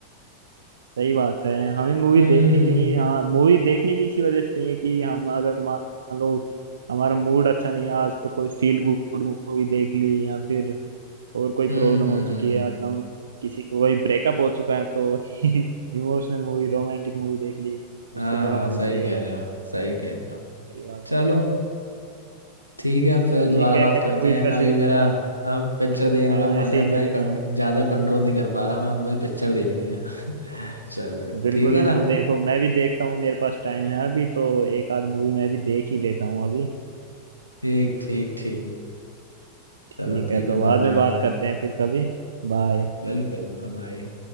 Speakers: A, on the right; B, on the right.
A: सही बात है हमें मूवी
B: हम्म
A: देखनी चाहिए हाँ मूवी देखनी भी इसी वजह से चाहिए कि हम अगर मान लो हमारा मूड अच्छा नहीं है आज तो कोई फील गुड मूवी देख ली या फिर और कोई
B: हम्म
A: प्रॉब्लम
B: हम्म
A: हो
B: हम्म।
A: चुकी है मतलब किसी को कोई ब्रेकअप हो चुका है तो <laughs> इमोशनल मूवी रोमांटिक मूवी देख ली
B: हाँ
A: उससे थोड़ा
B: हाँ
A: मूड
B: सही
A: सही हो
B: कह
A: जाता
B: रहे हो
A: है
B: सही कह रहे हो
A: सही बात
B: चलो
A: है
B: ठीक है फिर
A: ठीक
B: दोबारा
A: है
B: बात करते
A: मूवीज
B: हैं
A: का
B: अभी
A: सिलसिला
B: मेरा अब पिक्चर देखने
A: हाँ
B: का मन
A: ऐसे
B: है
A: ही
B: मैं
A: चलेगा
B: कंट, ज़्यादा कंट्रोल नहीं कर पा रहा मैं मुझे पिक्चर देखनी है <laughs> चलो
A: बिल्कुल
B: ठीक है
A: बिल्कुल
B: ना
A: देखो मैं भी देखता हूँ मेरे पास टाइम है अभी तो एक आध मूवी मैं भी देख ही लेता हूँ अभी
B: ठीक ठीक ठीक
A: ठीक
B: चलो ठीक
A: है तो
B: है
A: बाद
B: बाय बाय
A: में बात करते हैं फिर कभी बाय
B: बिल्कुल बाय बाय